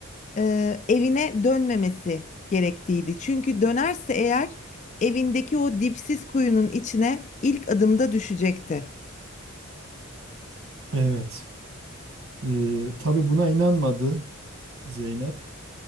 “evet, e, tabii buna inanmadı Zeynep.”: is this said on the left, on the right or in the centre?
Right